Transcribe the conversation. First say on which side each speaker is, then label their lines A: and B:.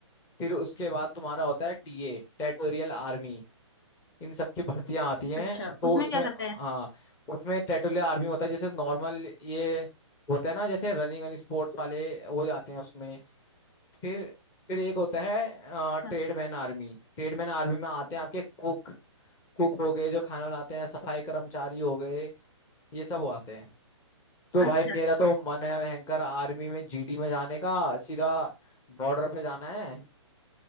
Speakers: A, on the left; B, on the left.
A: फिर उसके बाद तुम्हारा होता है टीए टेरिटोरियल आर्मी इन सब की भर्तियां आती हैं
B: अच्छा
A: तो
B: उसमें
A: उसमें
B: क्या करते
A: हाँ
B: हैं
A: उसमें टेरिटोरियल आर्मी होता है जैसे नॉर्मल ये होता है ना जैसे रनिंग एंड स्पोर्ट्स वाले वो जाते हैं उसमें फिर फिर एक होता है
B: अच्छा
A: ट्रेडमैन आर्मी ट्रेडमैन आर्मी में आते हैं आपके कुक कुक हो गए जो खाना बनाते हैं सफाई कर्मचारी हो गए ये सब वो आते हैं तो भाई
B: अच्छा
A: मेरा तो मन है भयंकर आर्मी में जीडी में जाने का सीधा बॉर्डर पे जाना है